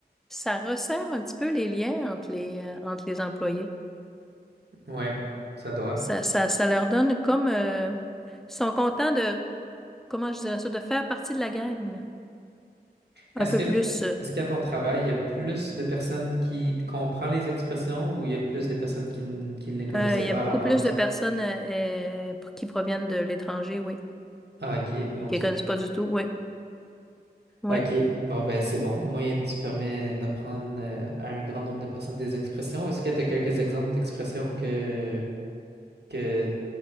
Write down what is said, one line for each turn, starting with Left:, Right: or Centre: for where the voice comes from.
Centre: ça resserre un petit peu les liens entre les, euh, entre les employés.
Right: Ouais, ça doit.
Centre: Ça, ça, ça leur donne comme... euh, ils sont contents de, comment je dirais ça, de faire partie de la gang, là.
Right: Est-ce
Centre: Un peu
Right: que,
Centre: plus. euh.
Right: est-ce qu'à ton travail, il y a plus de personnes qui comprennent les expressions ou il y a plus de personnes qui, n- qui ne les connaissaient
Centre: Euh, il
Right: pas
Centre: y a beaucoup
Right: à la base?
Centre: plus de personnes euh, euh, qui proviennent de l'étranger, oui,
Right: Ah, ok, mon
Centre: et qui
Right: Dieu.
Centre: ne connaissent pas du tout, oui, oui.
Right: Ok, bon, ben c'est bon. Au moins, tu permets d'apprendre euh, à un grand nombre de personnes des expressions. Est-ce que tu as quelques exemples d'expressions que, que